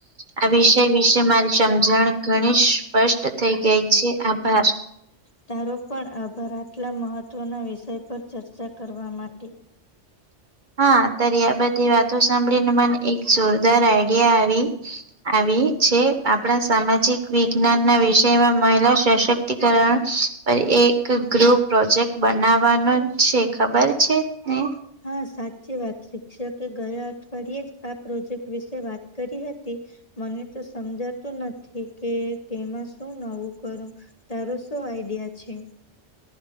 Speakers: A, on the right; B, on the left.
A: આ વિષય વિશે મારી સમજણ ઘણીેશ સ્પષ્ટ થઈ ગઈ છે આભાર
B: તારો પણ આભારતલા મહત્વના વિષય પર ચર્ચા કરવા માટે
A: હા અત્યારે આ બધી વાતો સાંભળીને મને એક જોરદાર આઈડિયા આવી આવી છે આપણા સામાજિક વિજ્ઞાન ના વિષયમાં મહિલા સશક્તિકરણ પણ એક ગૃહ પ્રોજેક્ટ બનાવાનો છે ખબર છે ને
B: હા સાચી વાત શિક્ષકે ગયા અઠવાડિયે જ આ પ્રોજેક્ટ વિશે વાત કરી હતી મને તો સમજાતું નથી કે તેમાં શું નવું કરું તારો શો આઈડિયા છે